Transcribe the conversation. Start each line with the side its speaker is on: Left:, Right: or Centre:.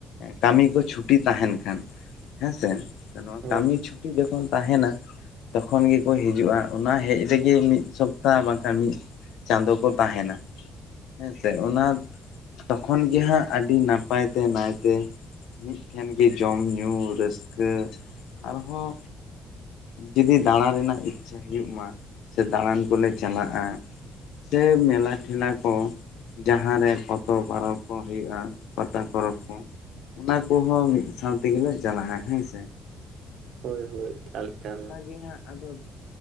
Left: ᱠᱟᱹᱢᱤ ᱠᱚ ᱪᱷᱩᱴᱤ ᱛᱟᱦᱮᱸᱱ ᱠᱷᱟᱱ ᱦᱮᱸᱥᱮ ᱱᱚᱣᱟ
Right: ᱦᱳᱭ
Left: ᱠᱟᱹᱢᱤ ᱪᱷᱩᱴᱤ ᱡᱚᱠᱷᱚᱱ ᱛᱟᱦᱮᱸᱱᱟ ᱛᱚᱠᱷᱚᱱ ᱜᱮᱠᱚ ᱦᱤᱡᱩᱜᱼᱟ ᱚᱱᱟ ᱦᱮᱡ ᱨᱮᱜᱮ ᱢᱤᱫ ᱥᱚᱯᱛᱟᱟᱦ ᱵᱟᱝᱠᱷᱟᱱ ᱢᱤᱫ ᱪᱟᱸᱫᱚᱳ ᱠᱚ ᱛᱟᱦᱮᱸᱱᱟ ᱦᱮᱸᱥᱮ ᱚᱱᱟ ᱛᱚᱠᱷᱚᱱ ᱜᱮ ᱦᱟᱸᱜ ᱟᱹᱰᱤ ᱱᱟᱯᱟᱭ ᱛᱮ ᱱᱟᱭᱛᱮ ᱢᱤᱫ ᱴᱷᱮᱱ ᱜᱮ ᱡᱚᱢ ᱧᱩᱩ ᱨᱟᱹᱥᱠᱟᱹ ᱟᱨᱦᱚᱸ ᱡᱩᱫᱤ ᱫᱟᱬᱟ ᱨᱮᱱᱟᱜ ᱤᱪᱪᱷᱷᱟ ᱦᱩᱭᱩᱜ ᱢᱟ ᱥᱮ ᱫᱟᱬᱟᱱ ᱠᱚᱞᱮ ᱪᱟᱞᱟᱜᱼᱟ ᱥᱮ ᱢᱮᱞᱟ ᱴᱷᱮᱞᱟ ᱠᱚ ᱡᱟᱦᱟᱸ ᱨᱮ ᱯᱚᱛᱚᱵ ᱯᱚᱨᱚᱵ ᱠᱚ ᱦᱩᱭᱩᱜᱼᱟ ᱯᱟᱛᱟ ᱯᱚᱨᱚᱵᱽ ᱠᱚ ᱾ ᱚᱱᱟ ᱠᱚᱦᱚᱸ ᱢᱤᱫ ᱥᱟᱶ ᱛᱮᱜᱮᱞᱮ ᱪᱟᱞᱟᱜᱼᱟ ᱦᱮᱸ ᱥᱮ ᱾
Right: ᱦᱳᱭ ᱦᱳᱭ ᱮᱠᱟᱞ ᱮᱠᱟᱞ
Left: ᱜᱮ ᱦᱟᱸᱜ ᱟᱫᱚ